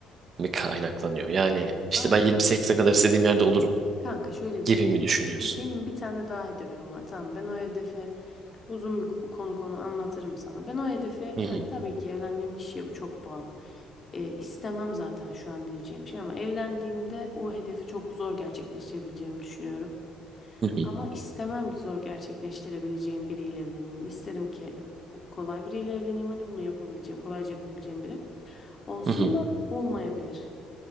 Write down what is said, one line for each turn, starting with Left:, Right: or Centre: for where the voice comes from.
Right: mi kaynaklanıyor? Yani işte
Left: Kanka
Right: ben 28'e kadar istediğim yerde olurum
Left: Kanka şöyle
Right: gibi
Left: bir şey.
Right: mi düşünüyorsun?
Left: Benim bir tane daha hedefim var. Tamam ben o hedefi uzun bir konu konu anlatırım sana. Ben o hedefi
Right: Hı hı,
Left: hani tabii ki evlendiğim kişiye bu çok bağlı. Ee, istemem zaten şu an diyeceğim şey ama evlendiğimde o hedefi çok zor gerçekleştirebileceğimi düşünüyorum.
Right: hı hı,
Left: Ama istemem ki zor gerçekleştirebileceğim biriyle evleneyim. Yani isterim ki kolay biriyle evleneyim. Hani bunu yapabileceğim, kolayca yapabileceğim biri olsun
Right: hı hı.
Left: ama olmayabilir.